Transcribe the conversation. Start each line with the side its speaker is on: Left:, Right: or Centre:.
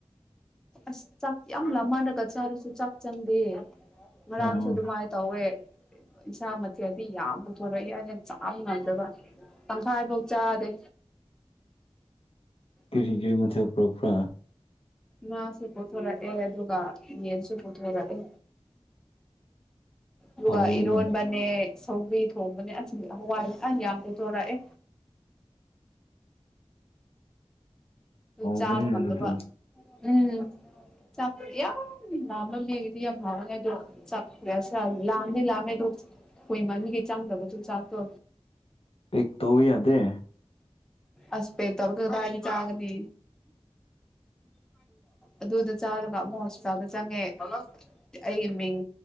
Centre: ꯑꯁ ꯆꯥꯛ ꯌꯥꯝ ꯂ ꯃꯥꯟꯅꯂꯒ ꯆꯥꯔꯁꯨ ꯆꯥꯛ ꯆꯪꯗꯦ ꯉꯥꯡꯁꯨ
Left: ꯑꯣ
Centre: ꯑꯗꯨꯃꯥꯏ ꯇꯧꯋꯦ ꯆ ꯃ ꯑꯗꯤ ꯌꯥ ꯌꯥꯝꯕꯨ ꯊꯔ ꯆ ꯅꯗꯕ ꯇꯪꯈꯥꯏ ꯐꯧ ꯆꯥꯗꯦ
Left: <inaudible> ꯀꯤꯔꯒꯤ
Centre: ꯑꯗꯨꯒꯤ
Left: ꯃꯁꯤꯦꯜ ꯐ ꯐ
Centre: ꯉꯥꯁꯨ ꯄꯨꯊꯣꯔꯛꯑꯦ ꯑꯗꯨꯒ ꯌꯦꯟꯁꯨ ꯄꯨꯊꯣꯔꯛꯑꯦ
Left: <inaudible>
Centre: ꯍꯨꯕ
Left: ꯍꯥꯎꯋꯦꯅꯦ
Centre: ꯏꯔꯣꯟꯕꯅꯦ ꯁꯪꯒꯔꯤ ꯊꯣꯡꯕꯅꯦ ꯑ ꯍꯋꯥꯏ ꯌꯥꯝ ꯄꯨꯊꯣꯔꯛꯑꯦ
Left: ꯍꯥꯎꯕꯅꯤꯅꯦ
Centre: ꯆꯥꯕ ꯀꯗꯕ
Left: ꯑꯗꯨꯗꯤ
Centre: ꯎꯝ ꯆꯄꯤ ꯌꯥꯝ ꯂꯃ ꯃꯤꯒꯤꯗꯤ ꯌꯥꯝ ꯍꯥꯎꯅꯦꯗꯨ ꯆꯄꯤꯁ ꯂꯥꯗꯤ ꯂꯃꯦꯗꯨ ꯑꯩꯣꯏ ꯃꯃꯤꯒꯤ ꯆꯥꯡꯗꯕꯁꯨ ꯆꯥꯛꯇꯣ
Left: ꯄꯤꯛ ꯇꯧꯋꯤ ꯑꯗꯦ
Centre: ꯑꯁꯄꯦ ꯇꯧꯔ ꯀ ꯇ ꯆꯥꯒꯅꯤ ꯑꯗꯨꯗ ꯆꯥꯔꯒ ꯑꯃꯨꯛ ꯍꯣꯁꯄꯤꯇꯥꯜꯗ ꯆꯪꯉꯦ ꯑꯩꯒꯤ ꯃꯤꯡ